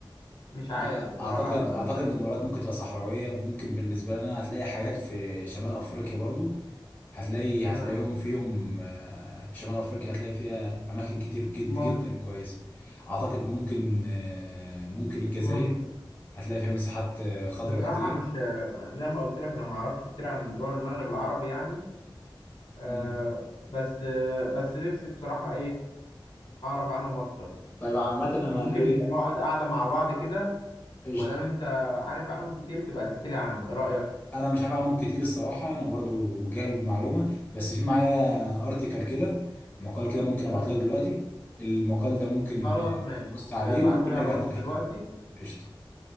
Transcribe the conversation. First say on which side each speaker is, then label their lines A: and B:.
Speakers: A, on the left (about 65°); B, on the left (about 20°).
A: مش عارف
B: لا
A: بصراحة
B: أعتقد أعتقد
A: ده
B: الإمارات ممكن تبقى صحراوية ممكن بالنسبة لنا هتلاقي حاجات في شمال أفريقيا برضو هتلاقي
A: آه،
B: هتلاقيهم فيهم آه، شمال أفريقيا هتلاقي فيها أماكن كتير جد
A: ممكن
B: جدا كويسة أعتقد ممكن آه، ممكن الجزائر
A: ممكن
B: هتلاقي فيها مساحات آه، خضراء
A: بصراحة
B: كتير
A: مش زي ما قلت لك أنا ما أعرفش كتير عن دول المغرب العربي يعني آه،
B: مم.
A: بس آه، بس نفسي بصراحة إيه أعرف عنهم أكتر
B: طيب عامة أنا
A: فممكن
B: إيه
A: نبقى نقعد قاعدة مع بعض كده
B: قشطة
A: وما دام أنت عارف عنهم كتير تبقى تحكي لي عنهم إيه رأيك؟
B: انا مش عارف عنهم كتير الصراحه انا برضو بجهل المعلومه بس في معايا ارتكل كده مقال كده ممكن ابعت
A: مم.
B: لك دلوقتي المقال ده ممكن
A: خلاص ماشي
B: تبص عليه
A: آه، ابعتولي
B: وممكن نرجع
A: على الواتس
B: نتناقش
A: دلوقتي
B: فيه تاني قشطه